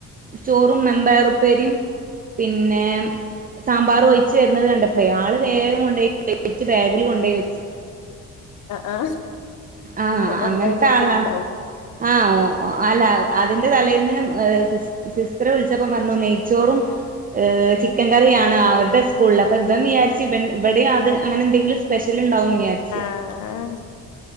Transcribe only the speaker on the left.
അഹ് ആഹ്.
ഓനെന്താ
വിചാരിച്ചിട്ടുണ്ടാവും
ആഹ്